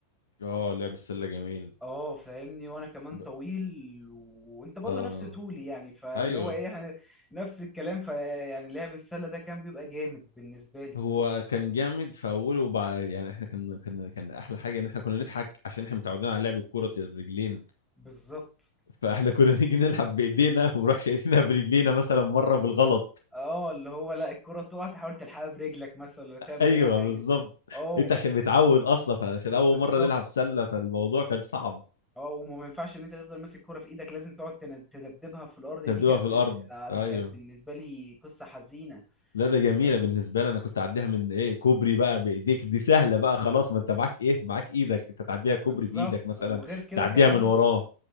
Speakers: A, on the left (about 65°); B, in the centre.
A: اه لعب السله جميل
B: اه فاهمني وانا كمان
A: ب...
B: طويل وانت برضو
A: اه
B: نفس طولي يعني فاللي
A: ايوه
B: هو ايه <laughs> نفس الكلام فيعني لعب السلة ده كان بيبقى جامد بالنسبة لي
A: هو كان جامد في اوله وبعد يعني احنا كان كان كان احلى حاجه ان احنا كنا نضحك عشان احنا متعودين على لعب الكوره الرجلين
B: بالظبط
A: فاحنا <laughs> كنا نيجي نلعب بايدينا ونروح شايفينها برجلينا مثلا مره بالغلط
B: اه اللي هو لا الكرة تقع تحاول تلحقها برجلك مثلا ولا تعمل
A: ايوه
B: اي حاجة
A: بالظبط
B: اه
A: انت عشان متعود اصلا عشان اول
B: بالظبط
A: مره نلعب سله فالموضوع كان صعب
B: اه وما ما ينفعش ان انت تفضل ماسك كرة في ايدك لازم تقعد تن- تدبدبها في الارض دي
A: تبدوها
B: كانت
A: في الارض
B: آه، دي
A: ايوه
B: كانت بالنسبة لي قصة حزينة
A: لا ده جميله
B: ال-
A: بالنسبه لي انا كنت اعديها من ايه كوبري بقى بايديك دي سهله بقى خلاص ما انت معاك ايه معاك ايدك انت تعديها
B: بالظبط
A: كوبري بايدك مثلا
B: وغير كده
A: تعديها
B: كمان
A: من وراه